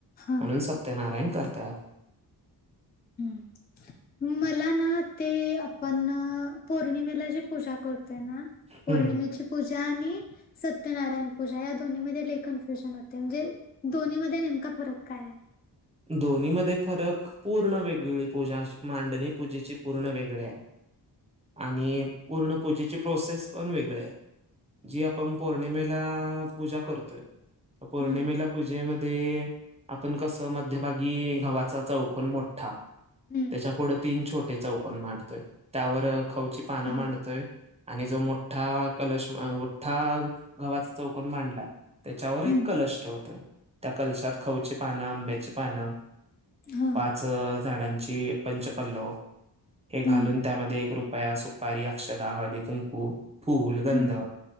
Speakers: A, on the left; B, on the right.
A: हा
B: म्हणून सत्यनारायण करतात.
A: हम्म. मला ना ते आपण पौर्णिमेला जी पूजा करतोय ना. पौर्णिमेची
B: हम्म
A: पूजा आणि सत्यनारायण पूजा या दोन्ही मध्ये लय कन्फ्युजन होते, म्हणजे दोन्ही मध्ये नेमका फरक काय आहे?
B: दोन्ही मध्ये फरक पूर्ण वेगळी पूजा अशी, मांडणी पूजेची पूर्ण वेगळे आहे. आणि पूर्ण पूजेची प्रोसेस पण वेगळी आहे. जी आपण पौर्णिमेला पूजा करतोय, पौर्णिमेला
A: हम्म
B: पूजेमध्ये आपण कसं मध्यभागी गव्हाचा चौकोन मोठ्ठा
A: हम्म
B: त्याच्या पुढं तीन छोटे चौकन मांडतोय, त्यावर खाऊची पानं
A: हा
B: मांडतोय आणि जो मोठ्ठा कलश, मोठ्ठा गव्हाचा चौकन मांडलाय त्याच्यावर
A: हम्म
B: एक कलश ठेवतोय, त्या कलशात खऊची पानं, आंब्याची पानं
A: हा.
B: पाच झाडांची पंच पल्लव हे घालून
A: हम्म
B: त्यामध्ये एक रुपया सु -पारी अक्षदा, हळदी, कुंकू, फुल, गंध
A: हम्म